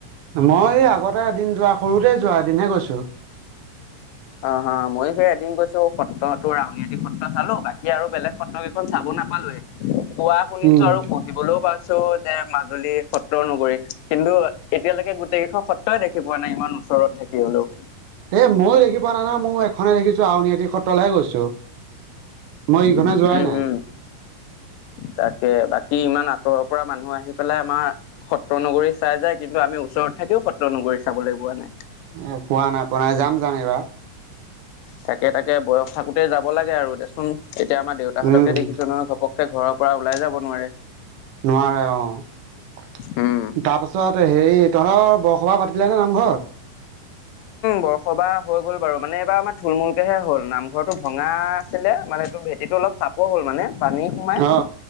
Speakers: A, on the right (about 75°); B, on the left (about 90°).
A: মই এই আগতে এদিন যোৱা সৰুতে যোৱা এদিনহে গৈছোঁ।
B: অ' অ' মইয়ো সেই এদিন গৈছো সত্ৰত। তোৰ আউনীআটী সত্ৰ চালো, বাকী আৰু বেলেগ সত্ৰ কেইখন চাব নাপালোৱেই। কোৱা শুনিছো,
A: উম
B: আৰু পুহিবলৈও পাইছো। যে মাজুলী সত্ৰ নগৰী, কিন্তু এতিয়ালৈকে গোটেই কেইখন সত্ৰই দেখি পোৱা নাই ইমান ওচৰত থাক কি হলও।
A: এ ময়ো দেখি পোৱা নাই নাই মই এখনেই দেখিছো আউনীআতি সত্ৰলৈহে গৈছো। মই ইখনে
B: উম,
A: যোৱাই
B: হম
A: নাই
B: তাকে বাকী ইমান আঁতৰৰ পৰা মানুহ আহে। আহি পেলাই আমাৰ সত্ৰ নগৰী চাই যায়, কিন্তু আমি ওচৰত থাকিও সত্ৰ নগৰী চাবলৈ পোৱা নাই
A: এ পোৱা নাই পোৱা নাই, যাম যাম এইবাৰ।
B: তাকে-তাকে বয়স থাকোতে যাব লাগে আৰু দেচোন। এতিয়া আমাৰ দেউতাহঁতকে
A: উম উম
B: দেখিছো নহয় ঘপকে ঘৰৰ পৰা ওলাই যাব নোৱাৰে।
A: নোৱাৰে অ,
B: উম,
A: তাৰপিছত হেৰি তহঁৰ বৰসবাহ পাতিলে নে নামঘৰ? <inaudible>
B: বৰসবাহ হৈ গ'ল বাৰু মানে এইবাৰ আমাৰ থুলমূলকেহে হ'ল নামঘৰতো ভঙা আছিলে মানে এইটো ভেটিটো টো অলপ চাপৰ হল মানে পানী সোমাই
A: অ